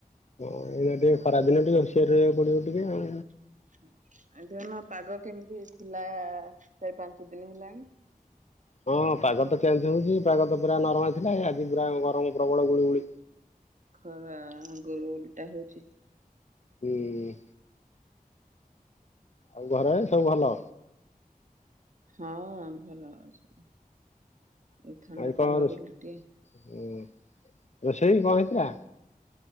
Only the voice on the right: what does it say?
<unintelligible> ପାଗ କେମିତି ଥିଲା ଶେ ପାଞ୍ଚ ଦିନ ହେଲାଣି।
ହଁ
ଖରା। ଗୋରୁ ଉଲଟା ହଉଛି।
ହଁ ଭଲ ସ ଏଇ ଥଣ୍ଡା
ପାଗ ବୋଲି ଟେ